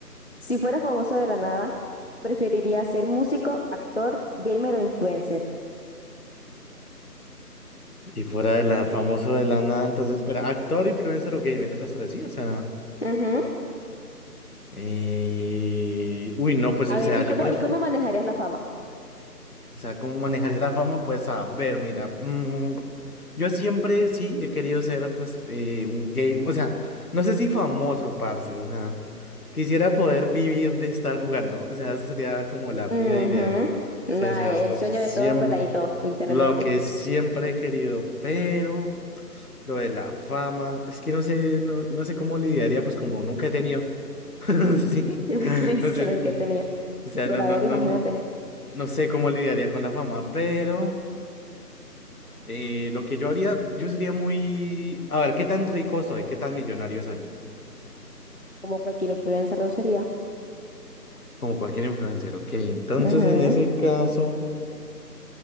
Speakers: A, on the left; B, on the left.
A: si fueras famoso de la nada, ¿preferirías ser músico, actor, gamer o influencer?
B: Y fuera de la famoso de la nada, entonces, espera, actor, influencer o gamer, esas tres, sí, o sea.
A: Ujú.
B: eh, Uy, no, pues,
A: A
B: o sea,
A: ver, ¿y
B: yo
A: cómo,
B: prefiero.
A: y cómo manejarías la fama?
B: O sea, ¿cómo manejaría la fama? Pues a ver, mira, mm, yo siempre sí he querido ser pues eh, un game, o sea, no sé si famoso, parce, o sea, quisiera poder vivir de estar jugando, o sea, esa sería como la
A: Ujú.
B: vida ideal,
A: No,
B: sí, o sea,
A: el
B: es lo
A: sueño
B: que siempre,
A: de todo peladito, literalmente.
B: lo que siempre he querido, pero lo de la fama, es que no sé, no, no sé cómo lidiaría, pues como nunca he tenido, <laughs> sí,
A: <laughs> Es
B: no
A: que
B: sé.
A: nunca he tenido.
B: O sea,
A: Pero
B: no, no,
A: a ver,
B: no,
A: imagínate,
B: no, no sé cómo lidiaría con la fama, pero eh, lo que yo haría, yo sería muy... A ver, ¿qué tan rico soy? ¿Qué tan millonario soy?
A: como cualquier influencer lo sería.
B: Como cualquier influencer, ok. Entonces,
A: Ujú.
B: en ese caso,